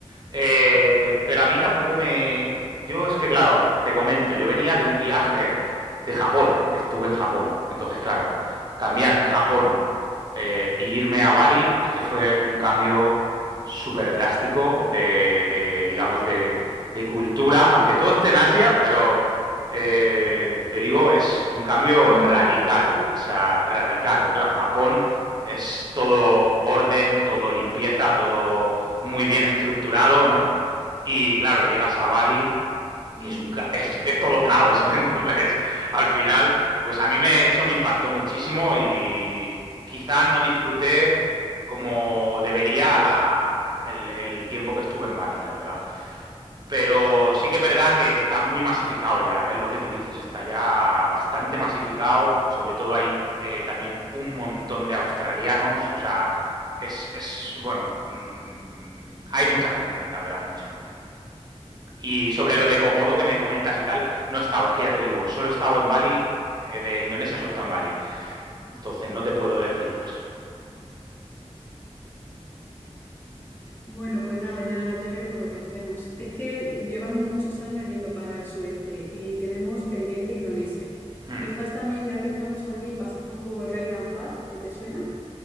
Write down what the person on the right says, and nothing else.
Eh, pero a mí tampoco me... Yo es que, claro, te comento, yo venía de un viaje de Japón, que estuve en Japón. Entonces, claro, cambiar Japón eh, y irme a Bali es que fue un cambio súper drástico de, de, digamos, de, de cultura, aunque todo esté en Asia, pero eh, te digo, es un cambio
radical,
o sea, radical. Claro, Japón es todo orden, todo limpieza, todo muy bien estructurado, ¿no? Y claro, llegas a Bali
y es, un ca- es, es todo caos. <laughs> Entonces, al final, pues a mí me, eso me impactó muchísimo y quizás no disfruté como debería la- el, el tiempo que estuve en Bali, la verdad. Pero sí que es verdad que está muy masificado ya, es lo que tú dices, está ya bastante masificado, sobre todo hay eh, también un montón de australianos, o sea, es, es bueno, mm, hay mucha gente, la verdad, hay mucha gente. Y sobre lo de Komodo que me comentas y tal, no he estado, es que ya te digo, solo he estado en Bali, eh, de Indonesia solo está en Bali. Entonces no te puedo decir más.
Hmm.